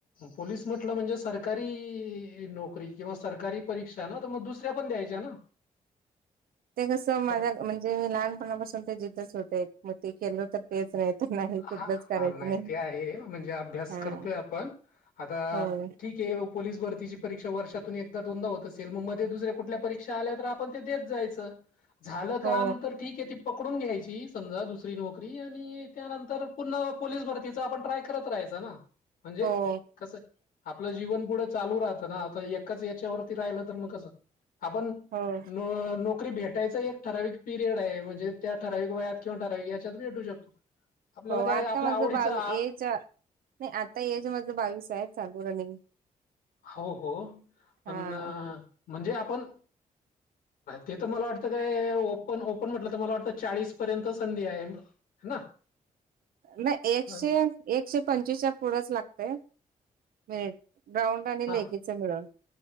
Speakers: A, on the left; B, on the right.
A: पोलीस म्हटलं म्हणजे सरकारी नोकरी. किंवा सरकारी परीक्षा ना, तर मग दुसऱ्या पण द्यायच्या ना.
B: ते कसं माझ्या
A: फक्त
B: म्हणजे मी लहानपणापासून ते जिद्दच होते, मग ते केलो तर तेच नाही तर नाही कुठलंच
A: हा हा
B: करायचं
A: नाही ते आहे म्हणजे, अभ्यास
B: हा
A: करतोय आपण. आता
B: होय
A: ठीक आहे, पोलीस भरतीची परीक्षा. वर्षातून एकदा दोनदा होत असेल, मग मध्ये दुसऱ्या कुठल्या परीक्षा आल्या तर आपण ते देत जायचं. झालं काम
B: हो
A: तर ठीक आहे, ती पकडून घ्यायची समजा दुसरी नोकरी आणि त्यानंतर पुन्हा पोलीस भरतीचा आपण ट्राय करत राहायच ना. म्हणजे
B: हो.
A: कसं आपलं जीवन पुढं चालू राहतं ना, आता एकाच याच्यावरती राहिलं तर मग कसं. आपण न
B: हो
A: नोक. नोकरी भेटायचा एक ठराविक पिरियड आहे, म्हणजे त्या ठराविक वयात किंवा ठराविक याच्यात भेटू शकतो. आपल्याला
B: हो
A: काय
B: आता
A: आपल्या
B: माझ
A: आवडीचा
B: बावी एज नाही आता एज माझ बावीस आहे चालू रनिंग.
A: हो हो पण.
B: हा
A: म्हणजे आपण ते तर मला वाटतं काय ओपन ओपन म्हटलं तर मला वाटतं चाळीस. पर्यंत संधी आहे ना.
B: नाही एकशे.
A: हा
B: एकशे पंचवीस च्या पुढच लागतय मेरिट ग्राउंड.
A: हा
B: लेखीच मिळून